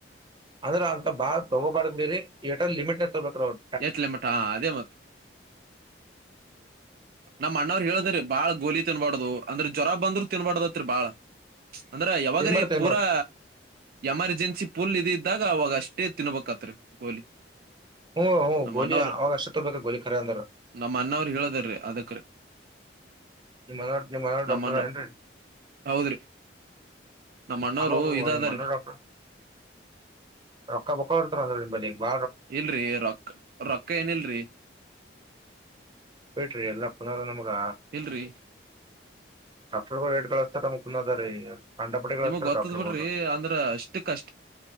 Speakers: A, on the right; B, on the right.
A: ಅಂದ್ರೆ ಅಂತ ಬಾಳ ತಗೋಬಾರ್ದಿರಿ ಏಟರ್ ಲಿಮಿಟ್ ತಗೋಬೇಕ್ರ ಅವ್ರು
B: ಎಷ್ಟ ಲಿಮೀಟ ಹಾ ಅದೇಮತ್ತೆ. ನಮ್ಮಣ್ಣವ್ರು ಹೇಳದ್ರಿ ಬಾಳ ಗೋಲಿ ತಿನ್ಬಾರ್ದ ಅಂದ್ರ ಜ್ವರ ಬಂದ್ರರು ತಿನ್ಬಾರಡದತ್ರಿ ಬಾಳ ಅಂದ್ರ ಯಾವಾಗ್ರೀ
A: ಏನ್ ಮಾಡ್ತ ಏನ್
B: ಪೂರಾ
A: ಮಾಡ್ತ
B: ಎಮರ್ಜೆನ್ಸಿ ಫುಲ್ ಇದ <inaudible> ಇದ್ದಾಗ ಅವಾಗ ಅಷ್ಟೇ ತಿನ್ಬೇಕತ್ರಿ ಗೋಲಿ
A: ಹ್ಮ ಹ್ಮ್
B: ನಮ್ಮ
A: ಗೋಲಿ
B: ಅಣ್ಣವರು
A: ಅವಾಗ ಅಷ್ಟ ತಗೋಬೇಕ ಗೋಲಿ ಖರೆ ಅಂದ್ರ
B: ನಮ್ಮ ಅಣ್ಣವ್ರ ಹೇಳದಾರೀ ಅದಕ್
A: ನಿಮ್ ಮನೋರ್ ನಿಮ್ ಮನೋರ್
B: <inaudible> ನಮ್ಮಣ್ಣ
A: ಡಾಕ್ಟರ್ ಏನ್ರಿ
B: ಹೌದ್ರಿ ನಮ್ಮ ಅಣ್ಣವರು
A: ಅಬಾಬಾಬಾ
B: ಇದಾದಾರೆ.
A: ನಿಮ್ ಮನೋರ್ ಡಾಕ್ಟರ್ ರೊಕ್ಕ ಬೊ ಕೊಡ್ತ <inaudible> ನಿ ಬ
B: ಇಲ್ರರಿ ರೊಕ್ಕ ರೊಕ್ಕ ಏನ ಇಲ್ರರಿ
A: <inaudible> ಬಿಟ್ರಿ ಎಲ್ಲಾ ಪುನಾರ ನಮ್ಗ
B: ಇಲ್ಲರೀ
A: ಡಾಕ್ಟರ್ ಬೇಡ್ <inaudible> ಕಳಿಸಸ್ತಾರ ಮುುಂದ ಅದ ರೀ <inaudible> ಗಳಿಸ್ತಾರ
B: ನಿಮಗ್ ಗೊತ್ತದ್
A: ಡಾಕ್ಟರ್ಗಳು
B: ಬಿಡ್ರಿ ಅಂದ್ರೆ ಅಷ್ಟ ಕಷ್ಟ.